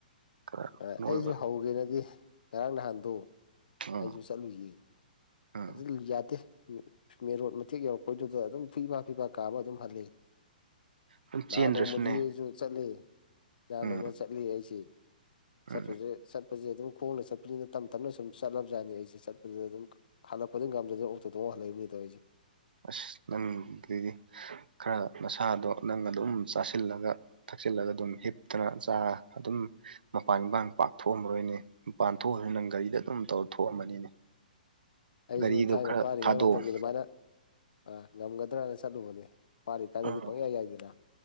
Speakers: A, on the right; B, on the left.
A: ꯈꯔ
B: ꯑꯩꯁꯨ
A: ꯅꯣꯏꯕ
B: ꯍꯧꯒꯦꯅꯗꯤ ꯉꯔꯥꯡ ꯅꯍꯥꯟꯗꯣ
A: ꯎꯝ
B: ꯑꯩꯁꯨ ꯆꯠꯂꯨꯁꯦ
A: ꯎꯝ
B: ꯑꯗꯨꯗꯤ ꯌꯥꯗꯦ ꯃ‌ꯦ ꯃꯦꯟꯔꯣꯠ ꯃꯇꯦꯛ ꯌꯧꯔꯛꯄꯩꯗꯨꯗ ꯑꯗꯨꯝ ꯐꯤꯕꯥ ꯐꯤꯕꯥ ꯀꯥꯃ ꯑꯗꯨꯝ ꯍꯜꯂ‌ꯦ
A: ꯑꯗꯨꯝ
B: ꯅꯍꯥꯟ
A: ꯆꯦꯟꯗ꯭ꯔꯁꯨꯅꯦ
B: ꯅꯣꯡꯃꯗꯤ ꯑꯩꯖꯨ ꯆꯠꯂꯤ ꯅꯍꯟ
A: ꯎꯝ
B: ꯅꯣꯡꯃ ꯆꯠꯂꯤ ꯑꯩꯁꯦ ꯆꯠꯄꯁꯦ
A: ꯎꯝ
B: ꯆꯠꯄꯁꯦ ꯑꯗꯨꯝ ꯈꯣꯡꯅ ꯆꯠꯄꯅꯤꯅ ꯇꯞ ꯇꯞꯅ ꯁꯨꯝ ꯆꯠꯂꯕꯖꯥꯠꯅꯤ ꯑꯩꯁꯦ ꯆꯠꯄꯗꯨꯗ ꯑꯗꯨꯝ ꯍꯜꯂꯛꯄꯗ ꯉꯝꯗꯗꯅ ꯑꯣꯛꯇꯣ ꯇ‌ꯣꯡꯉ ꯍꯜꯂꯛꯏꯝꯅꯦ ꯇꯧꯔꯤꯖ‌ꯦ
A: ꯑꯁ ꯅꯪꯗꯤ ꯈꯔ ꯅꯁꯥꯗꯣ ꯅꯪ ꯑꯗꯨꯝ ꯆꯥꯁꯤꯜꯂꯒ ꯊꯛꯆꯤꯜꯂꯒ ꯑꯗꯨꯝ ꯍꯤꯞꯇꯅ ꯆꯥ ꯑꯗꯨꯝ ꯃꯄꯥꯟ ꯏꯄꯥꯟ ꯄꯥꯛ ꯊꯣꯛꯑꯝꯃꯔꯣꯏꯅꯦ ꯃꯄꯥꯟ ꯊꯣꯛꯑꯖꯨ ꯅꯪ ꯒꯥꯔꯤꯗ ꯑꯗꯨꯝ ꯇꯧꯔ ꯊꯣꯛꯑꯝꯃꯅꯤꯅꯦ
B: ꯑꯩꯖꯨ
A: ꯒꯥꯔꯤꯗꯣ
B: ꯊꯥꯏꯅ
A: ꯈꯔ
B: ꯄꯥꯔꯤꯉꯩ
A: ꯊꯥꯗꯣꯛꯑꯣ
B: ꯃꯇꯝꯒꯤ ꯑꯗꯨꯃꯥꯏꯅ ꯑꯥ ꯉꯝꯒꯗ꯭ꯔꯅ ꯆꯠꯂꯨꯕꯅꯦ ꯄꯥꯔꯤꯀꯥꯟꯗꯗꯤ
A: ꯎꯝ
B: ꯄꯪꯌꯥ ꯌꯥꯏꯗꯅ